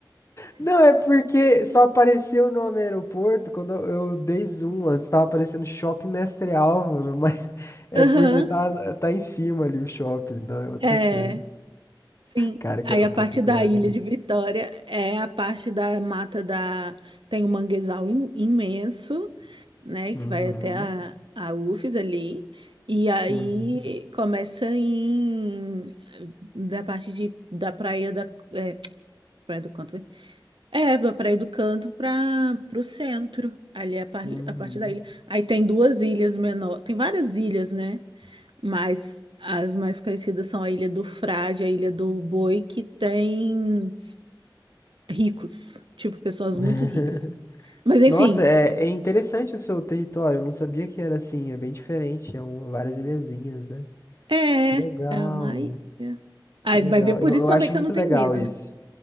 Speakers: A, on the left (about 35°); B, on the right (about 85°).
A: Não, é porque só apareceu o nome aeroporto quando eu dei zoom antes. Tava aparecendo Shopping Mestre Álvaro, mas <laughs> é
B: Aham,
A: porque tá, tá em cima ali o shopping, não é outra
B: é,
A: coisa.
B: sim.
A: Cara,
B: Aí
A: que aeroporto
B: a parte
A: grande.
B: da Ilha de Vitória é a parte da mata da... Tem um manguezal im- imenso, né,
A: Uhum,
B: que vai até a, a UFES ali. E aí
A: uhum,
B: começa em... da parte de, da praia da... é, praia do Canto. É, para ir do canto para o centro, ali a, par,
A: uhum.
B: a parte da ilha. Aí tem duas ilhas menor, tem várias ilhas, né? Mas as mais conhecidas são a Ilha do Frade, a Ilha do Boi, que tem ricos, tipo pessoas
A: <laughs>
B: muito ricas. Mas enfim,
A: Nossa, é, é interessante o seu território. Eu não sabia que era assim. É bem diferente. É um, várias ilhazinhas, né?
B: é,
A: Que legal,
B: é uma ilha. Aí
A: que legal.
B: vai ver por
A: Eu,
B: isso
A: eu
B: também
A: acho
B: que
A: muito
B: eu não tenho
A: legal
B: medo,
A: isso.
B: né?